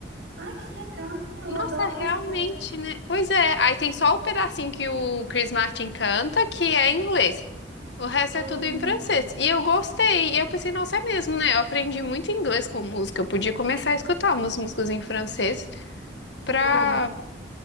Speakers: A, on the right; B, on the left.
A: ai, que legal! Eu
B: Nossa,
A: adoro
B: realmente,
A: Coldplay.
B: né? Pois é, aí tem só o pedacinho que o Chris Martin canta, que é em inglês. O resto
A: Uhum.
B: é tudo em francês. E eu gostei. E eu pensei, nossa, é mesmo, né? Eu aprendi muito inglês com música. Eu podia começar a escutar umas músicas em francês pra.
A: Dou